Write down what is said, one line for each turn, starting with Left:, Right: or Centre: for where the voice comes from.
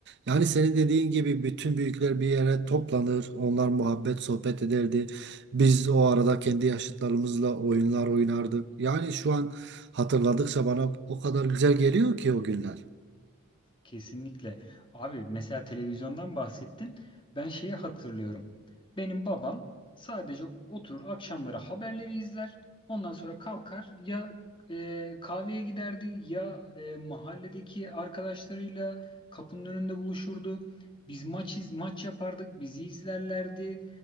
Right: Yani senin dediğin gibi bütün büyükler bir yere toplanır. Onlar muhabbet, sohbet ederdi. Biz o arada kendi yaşıtlarımızla oyunlar oynardık. Yani şu an hatırladıkça bana o kadar güzel geliyor ki o günler.
Left: Kesinlikle. Abi mesela televizyondan bahsettin. Ben şeyi hatırlıyorum. Benim babam sadece oturur akşamları haberleri izler. Ondan sonra kalkar ya e, kahveye giderdi ya e, mahalledeki arkadaşlarıyla kapının önünde buluşurdu. Biz maç iz- maç yapardık, bizi izlerlerdi.